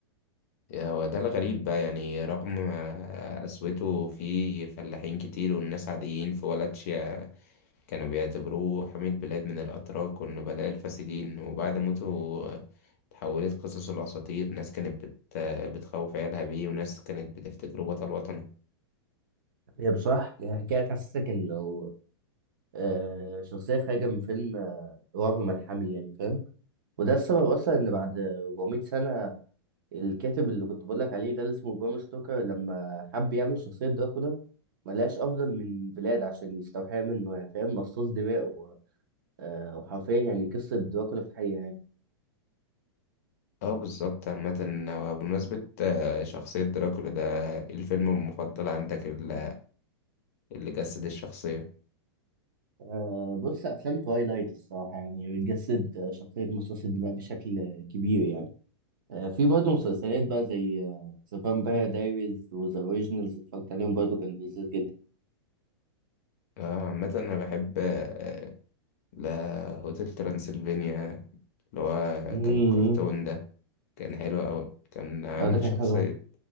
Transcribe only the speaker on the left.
يا وده الغريب بقى يعني رغم آه، قسوته في فلاحين كتير والناس عاديين في ولا تشيا كانوا بيعتبروه حمي البلاد من الأتراك والنبلاء الفاسدين وبعد موته آه، تحولت قصص الأساطير ناس كانت بت... آه، بتخوف عيالها بيه وناس كانت بتفتكره بطل وطني
اه بالظبط عامة هو بمناسبة آه، شخصية دراكولا ده إيه الفيلم المفضل عندك ال- اللي جسد الشخصية
اه عامة أنا بحب آه، لا هوتيل ترانسلفينيا اللي هو
ك- الكرتون ده كان حلو أوي كان عامل
شخصية